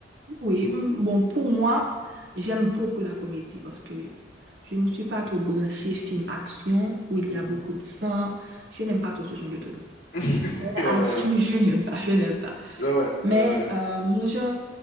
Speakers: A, on the right; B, on the left.
A: Oui, m- bon, pour moi, j'aime beaucoup la comédie parce que je ne suis pas trop branchée film action où il
B: Mhm.
A: y a beaucoup de sang. Je n'aime pas trop ce genre de truc.
B: <laughs>
A: Mais
B: Ouais,
A: avant,
B: ouais,
A: <laughs> je n'aime pas, je n'aime pas.
B: ouais, ouais,
A: Mais
B: ouais, ouais.
A: euh, mon genre